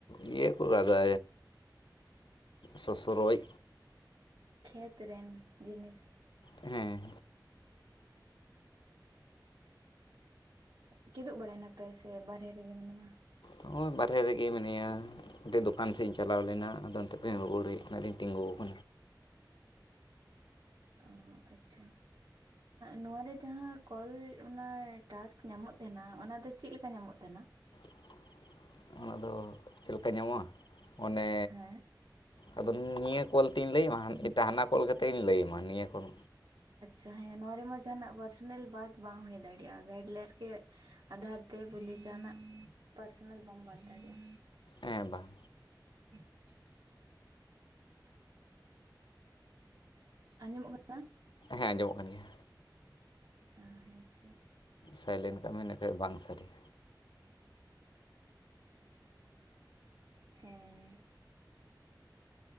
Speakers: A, on the left; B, on the right.
A: ᱤᱭᱟᱹ ᱠᱚ ᱨᱟᱜᱟ ᱥᱚᱥᱨᱚᱡ
B: ᱠᱷᱮᱛ ᱨᱮᱱ ᱡᱤᱱᱤᱥ
A: ᱦᱮᱸ
B: ᱠᱤᱫᱩᱵ ᱵᱟᱲᱟᱭ ᱱᱟᱯᱮ ᱥᱮ ᱵᱟᱦᱨᱮ ᱨᱮᱜᱮ ᱢᱮᱱᱟᱢᱟ
A: ᱱᱚᱜᱼᱚᱭ ᱵᱟᱨᱦᱮ ᱨᱮᱜᱮ ᱢᱮᱱᱟᱧᱟ ᱠᱩᱫᱩᱵ ᱫᱚᱠᱟᱱ ᱥᱮᱫ ᱤᱧ ᱪᱟᱞᱟᱣ ᱞᱮᱱᱟ ᱟᱫᱚ ᱚᱱᱛᱮ ᱠᱷᱚᱱᱤᱧ ᱨᱩᱭᱟᱹᱲ ᱦᱮᱡ ᱵᱟᱫᱮᱧ ᱛᱤᱸᱜᱩ <inaudible>
B: ᱟᱨ ᱟᱪᱪᱷᱟ ᱱᱚᱣᱟᱨᱮ ᱡᱟᱦᱟᱸ ᱠᱚᱞ ᱚᱱᱟ ᱴᱟᱥᱠ ᱧᱟᱢᱚᱜ ᱛᱟᱦᱮᱸᱱᱟ ᱚᱱᱟ ᱚᱱᱟᱫᱚ ᱪᱮᱫ ᱞᱮᱠᱟ ᱧᱟᱢᱚᱜ ᱛᱟᱦᱮᱸᱱᱟ
A: <inaudible> ᱪᱮᱫ ᱞᱮᱠᱟ ᱧᱟᱢᱚᱜᱼᱟ ᱚᱱᱮ
B: ᱦᱮᱸ
A: ᱟᱫᱚ ᱱᱤᱭᱟᱹ ᱠᱚᱞ ᱛᱮᱧ ᱞᱟᱹᱭᱢᱟ? ᱦᱟᱱᱟ ᱠᱚᱞ ᱠᱟᱛᱮᱜ ᱤᱧ ᱞᱟᱹᱭ ᱟᱢᱟ ᱱᱤᱭᱟᱹ ᱠᱚᱞ
B: ᱡᱟᱦᱟᱸ ᱱᱚᱣᱟ ᱨᱮᱢᱟ ᱡᱟᱦᱟᱱᱟᱜ ᱯᱟᱨᱥᱚᱱᱟᱞ ᱵᱟᱛ ᱵᱟᱝ ᱦᱩᱭ ᱫᱟᱲᱮᱭᱟᱜᱼᱟ ᱜᱟᱭᱤᱰᱞᱟᱭᱤᱱᱥ ᱜᱮ ᱟᱫᱷᱟᱨ ᱛᱮ ᱵᱚᱞᱤ ᱡᱟᱦᱟᱱᱟᱜ ᱯᱟᱨᱥᱚᱱᱟᱞ ᱵᱟᱢ ᱵᱟᱛ ᱫᱟᱲᱮᱭᱟᱜᱼᱟ
A: ᱦᱮᱸ ᱵᱟᱝ
B: <inaudible> ᱟᱸᱡᱚᱢᱚᱜ ᱠᱟᱱᱟ
A: ᱦᱮᱸ ᱟᱸᱡᱚᱢᱚᱜ ᱠᱟᱱ ᱜᱮᱭᱟ
B: ᱦ ᱦᱮᱸ ᱥᱮ
A: ᱥᱟᱭᱞᱮᱱᱴ ᱠᱟᱜ ᱢᱮ ᱤᱱᱟᱹᱠᱷᱟᱱ ᱵᱟᱝ ᱥᱟᱰᱤᱭᱟ
B: ᱦᱮᱸ